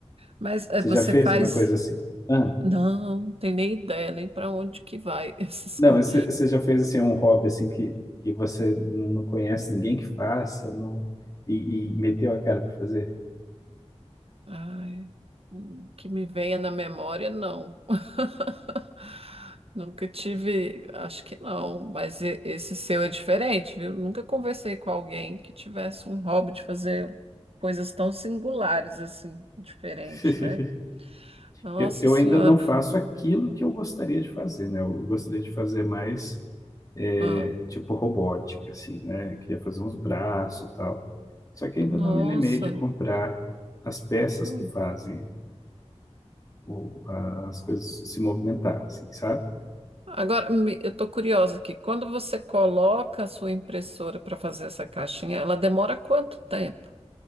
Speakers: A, on the right (about 60°); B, on the left (about 30°).
A: Mas é,
B: Você
A: você
B: já fez
A: faz.
B: uma coisa assim? Ah,
A: Não, não tem nem ideia, nem para onde que vai <laughs> essas
B: não,
A: coisas.
B: mas você você já fez assim um hobby assim que, que você não conhece ninguém que faça, não, e, e meteu a cara para fazer?
A: Ai, hum, que me venha na memória, não. <laughs> Nunca tive, acho que não, mas e- esse seu é diferente, viu? Nunca conversei com alguém que tivesse um hobby de fazer coisas tão singulares assim, diferente,
B: <laughs>
A: né? Nossa
B: Eu, eu
A: Senhora,
B: ainda não faço aquilo que eu gostaria de fazer, né? Eu gostaria de fazer mais é,
A: ah,
B: tipo robótica, assim, né? Eu queria fazer uns braços e tal. Só que ainda
A: nossa.
B: não me animei de comprar as peças
A: hum.
B: que fazem o- a- as coisas se movimentar, assim, sabe?
A: Agora, me- eu tô curiosa aqui. Quando você coloca a sua impressora para fazer essa caixinha, ela demora quanto tempo?